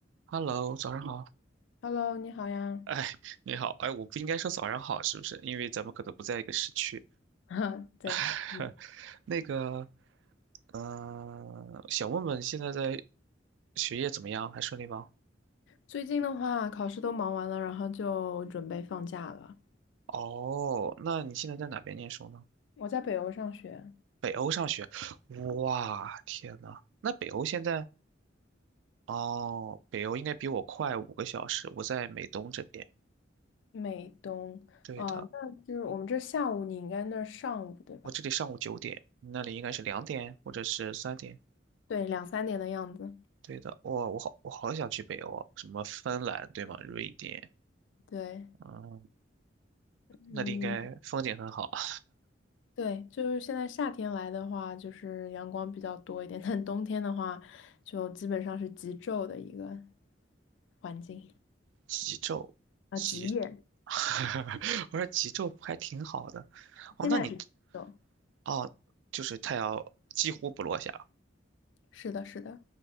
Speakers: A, on the right; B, on the left.
A: Hello，早上好。<laughs>
B: Hello，你好呀。
A: 哎，
B: <laughs>
A: 你好，哎，我不应该说早上好，是不是？因为咱们可能不在一个时区。
B: 哈，对，
A: <laughs>
B: 嗯，
A: 那个，嗯，想问问现在在学业怎么样？还顺利吗？
B: 最近的话，考试都忙完了，然后就准备放假了。
A: 哦，那你现在在哪边念书呢？
B: 我在北欧上学，
A: 北欧上学。哇，天呐，那北欧现在，哦，北欧应该比我快五个小时。我在美东这边。
B: 美东，
A: 对的，
B: 啊，那就是我们这下午，你应该那儿上午对吧？
A: 我这里上午九点，你那里应该是两点或者是三点。
B: 对，两三点的样子。
A: 对的，哇，我好，我好想去北欧啊，什么芬兰对吗？瑞典，
B: 对，
A: 嗯，
B: 嗯，
A: 那里应该风景很好啊。
B: 对，就是现在夏天来的话，就是阳光比较多一点，但冬天的话，就基本上是极昼的一个环境
A: 极昼，
B: 啊，
A: 极，
B: 极夜，
A: <laughs> 我说极昼还挺好的。哦，
B: 现在是极昼。
A: 那你哦，就是太阳几乎不落下，
B: 是的，是的，